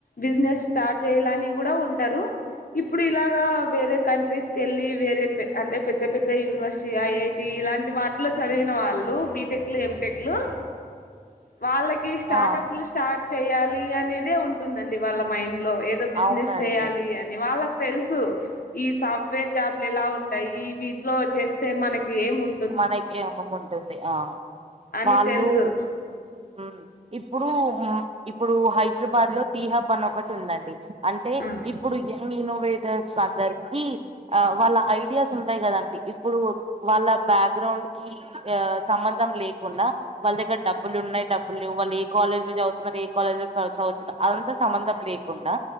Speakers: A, on the left (about 70°); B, on the right (about 40°).
A: బిజినెస్ స్టార్ట్ చేయాలని కూడ ఉంటరు. ఇప్పుడు ఇలాగా వేరే కంట్రీస్ కెళ్ళి, వేరే అంటే పెద్ద పెద్ద యూనివర్సిటీ ఐఐ టీ ఇలాంటి వాటిలో చదివిన వాళ్ళు బిటెక్ లు, ఎంటెక్ లు వాళ్ళకి స్టార్టప్లు
B: ఆ
A: స్టార్ట్ చేయాలి అనేదే ఉంటుందండి వాళ్ళ మైండ్ లో, ఏదో బిజినెస్
B: అవునండి
A: చేయాలి అన్ డి వాళ్ళకు తెలుసు ఈ సాఫ్ట్వేర్ జాబ్లు ఎలా ఉంటాయి, ఈ వీటిలో చేస్తే మనకి ఏం ఉం
B: మనకేమో ఉంటుంది ఆ
A: అని
B: వాళ్ళు
A: తెలుసు
B: ఉమ్ ఇప్పుడు ఇప్పుడు హైదరాబాద్ లో టీహబ్ అన్ ఒకటి ఉందండి. అంటే
A: ఆ
B: ఇప్పుడు యంగ్ ఇన్నోవేటర్స్ అందరికి ఆ వాళ్ళ ఐడియాస్ ఉంటాయి కదండి, ఇప్పుడు వాళ్ళ బ్యాక్గ్రౌండ్ కి ఈ ఆ సంబంధం లేకుండా వాళ్ళ దగ్గర డబ్బులు ఉన్నాయి డబులు లెవ్ వాళ్ల దగ్గర డబ్బులున్నయి, డబ్బుల్లేవు, వాళ్ళు ఏ కాలజ్ లో చదువుతున్నరు, ఏ కాలేజ్ లో క చదువుతున్నారు అది అంత సంబంధం లే కుండా